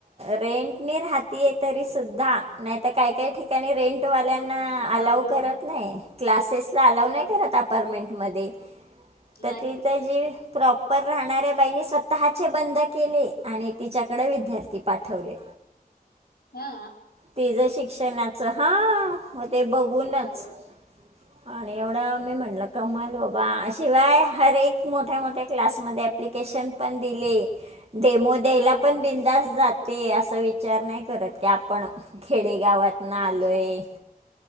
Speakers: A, on the right; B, on the left.
A: रेंटनी राहते आहे तरी सुुद्धा. नाही तर काही-काही ठिकाणी रेंटवाल्यांना
B: घाबरून
A: अलाव करत नाही, क्लासेसला अलाव
B: हो
A: नाही करत अपारमेंट. मध्ये.
B: नाही
A: तर तिथ जी प्रॉपर राहणाऱ्या बाईणी स्वतःच्या बंद केले आणि तिच्याकड विद्यार्थी. पाठवले.
B: हा
A: तिज शिक्षणाचं हां मग ते बघूनच
B: अरे वा
A: आणि एवढं मी म्हणलं कमाल बाबा, शिवाय हर एक मोठ्या-मोठ्या क्लासमध्ये ॲप्लिकेशन पण दिले. तेमो द्यायला
B: हा हा
A: पण बिंदास जात. ते असा विचार नाही करत की आपण खेडेगावातनं आलोय
B: अच्छा